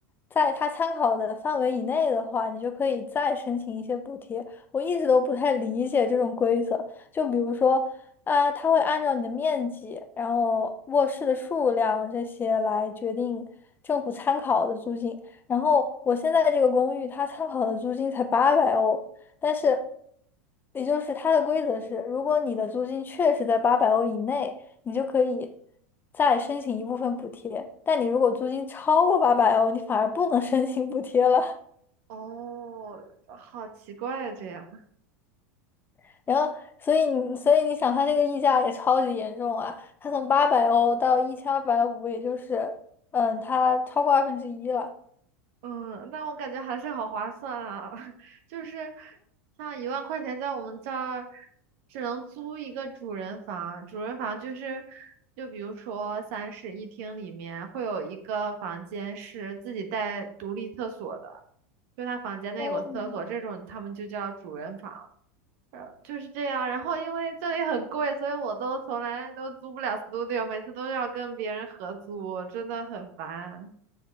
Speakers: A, on the left; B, on the right.
A: 在它参考的范围以内的话，你就可以再申请一些补贴。我一直都不太理解这种规则，就比如说，啊、它会按照你的面积，然后卧室的数量这些来决定政府参考的租金。然后我现在这个公寓，它参考的租金才八百欧。但是，也就是它的规则是，如果你的租金确实在八百欧以内，你就可以再申请一部分补贴。但你如果租金超过八百欧，你反而不能 <laughs> 申请补贴了。
B: 哦，好奇怪这样。
A: <laughs> 然后，所以你所以你想，它这个溢价也超级严重啊！它从八百欧到一千二百五，也就是嗯，它超过二分之一了。
B: 嗯，但我感觉还是好划算啊，<laughs> 就是像一万块钱在我们这儿只能租一个主人房，主人房就是就比如说三室一厅里面会有一个房间是自己带独立厕所的，就他房间内有个厕所，
A: 哦，
B: 这种他们就叫主人房。呃就是这样。然后因为这里很贵，所以我都从来都租不了 studio，每次都要跟别人合租，真的很烦。